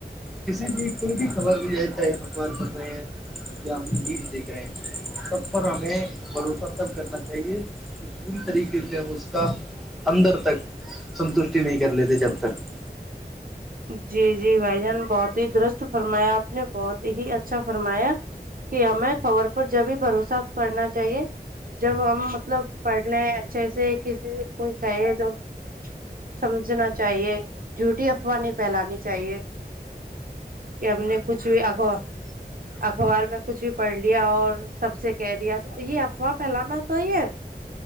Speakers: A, in the centre; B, on the right.
A: کسی بھی کوئی بھی خبر بھی جائے چاہے ہمخبار پکرے ہیں یا ہم نیوز دیکھ رہے سب پر ہمیں بھروسہ تب کرنا چاہیے پوری طریقے سے ہم اس کا اندر تک سنتوشٹی نہیں کر لیتے جب تک
B: جی جی بھائی جان بہت ہی درست فرمایا آپ نے بہت ہی اچھا فرمایا کہ ہمیں خبر پر جب بھی بھروسہ کرنا چاہیے جب ہم مطلب پڑھ لیں اچھے سے کسی سے کوئی کہے جب سمجھنا چاہیے جھوٹیھی افواہ نہیں پھیلانی چاہیے کہ ہم نے کچھ بھی آگو
A: ہ
B: اخبار میں کچھ بھی پڑھ لیا اور سب سے کہہ دیا تو یہ افواہ پھیلانا تو ہی ہے